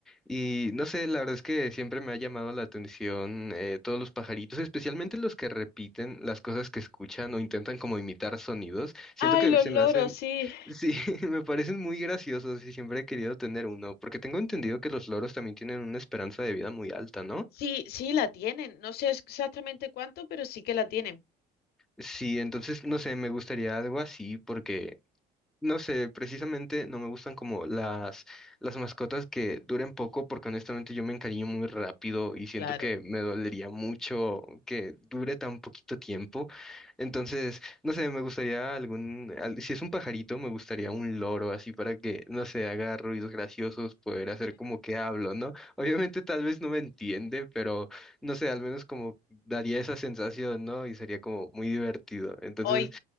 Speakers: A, in the centre; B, on the left (about 65°).
A: y no sé, la verdad es que siempre me ha llamado la atención eh, todos los pajaritos, especialmente los que repiten las cosas que escuchan o intentan como imitar sonidos. Siento
B: Ay,
A: que
B: los
A: se
B: loros,
A: me hacen,
B: sí.
A: sí, <laughs> me parecen muy graciosos y siempre he querido tener uno, porque tengo entendido que los loros también tienen una esperanza de vida muy alta, ¿no?
B: Sí, sí la tienen. No sé exactamente cuánto, pero sí que la tienen.
A: Sí, entonces, no sé, me gustaría algo así porque No sé, precisamente no me gustan como las, las mascotas que duren poco porque honestamente yo me encariño muy rápido y siento
B: Claro,
A: que me dolería mucho que dure tan poquito tiempo. Entonces, no sé, me gustaría algún, al- si es un pajarito, me gustaría un loro así para que, no sé, haga ruidos graciosos, poder hacer como que hablo, ¿no? Obviamente tal vez no me entiende, pero no sé, al menos como daría esa sensación, ¿no? Y sería como muy divertido. Entonces,
B: hoy.